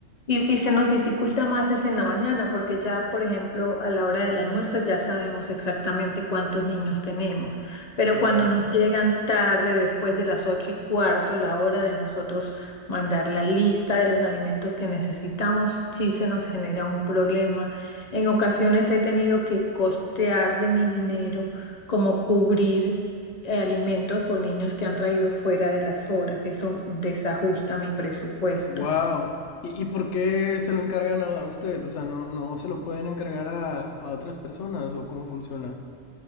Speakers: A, on the left; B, on the left.
A: Y, y se nos dificulta más es en la mañana, porque ya, por ejemplo, a la hora del almuerzo ya sabemos exactamente cuántos niños tenemos, pero
B: Claro.
A: cuando nos llegan tarde, después de las ocho y cuarto, la hora de nosotros mandar la lista de los alimentos que necesitamos, sí se nos genera un problema. En ocasiones he tenido que costear de mi dinero, como cubrir eh, alimentos por niños que han traído fuera de las horas y eso desajusta mi presupuesto.
B: Wow. ¿Y, y por qué se lo encargan a usted? O sea, ¿no, no se lo pueden encargar a, a otras personas o cómo funciona?